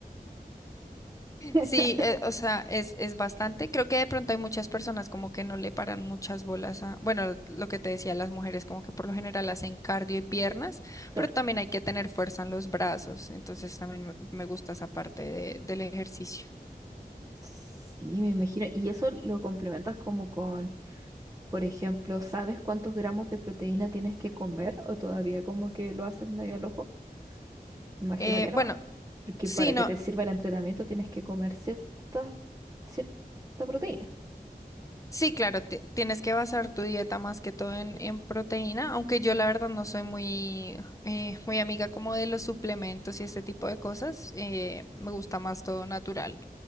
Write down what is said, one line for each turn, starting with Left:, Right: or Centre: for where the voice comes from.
Right: <laughs>
Left: Sí, eh, o sea, es, es bastante. Creo que de pronto hay muchas personas como que no le paran muchas bolas a, bueno, lo que te decía, las mujeres como que por lo general hacen cardio y piernas,
Right: Claro.
Left: pero también hay que tener fuerza en los brazos. Entonces también me me gusta esa parte de- del ejercicio.
Right: Sí, me imagino. Y eso lo complementas como con, por ejemplo, ¿sabes cuántos gramos de proteína tienes que comer o todavía como que lo haces medio al ojo? Me imagino
Left: Eh,
Right: que no,
Left: bueno,
Right: porque
Left: sí,
Right: para
Left: no,
Right: que te sirva el entrenamiento tienes que comer cierta, cierta proteína.
Left: sí, claro, ti- tienes que basar tu dieta más que todo en, en proteína, aunque yo la verdad no soy muy, eh, muy amiga como de los suplementos y este tipo de cosas. eh, me gusta más todo natural.